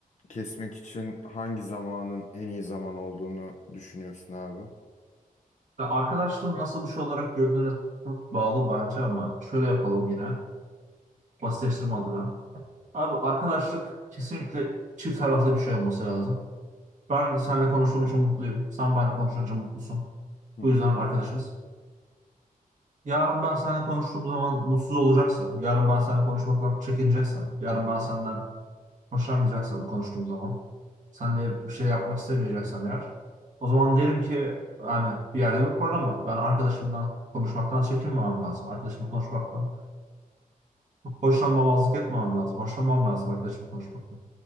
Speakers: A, on the left; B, on the right.
A: kesmek için hangi zamanın en iyi zaman olduğunu düşünüyorsun abi?
B: Ya Arkadaşlığı nasıl bir şey olarak gördüğüne çok bağlı bence ama şöyle yapalım yine, basitleştirme adına. Abi arkadaşlık kesinlikle çift taraflı bir şey olması lazım. Ben seninle konuştuğum için mutluyum, sen benimle konuşunca mutlusun.
A: Hı.
B: Bu yüzden arkadaşız. Yarın ben seninle konuştuğum zaman mutsuz olacaksın. Yarın ben seninle konuşmaktan çekineceksin. Yarın ben senden hoşlanmayacaksam konuştuğum zaman, sen de bir şey yapmak istemeyeceksem eğer, o zaman derim ki hani bir yerde bir problem var. Ben arkadaşımdan konuşmaktan çekinmemem lazım. Arkadaşımla konuşmaktan hoşlanmamazlık etmemem lazım. Hoşlanmam lazım arkadaşımla konuşmaktan.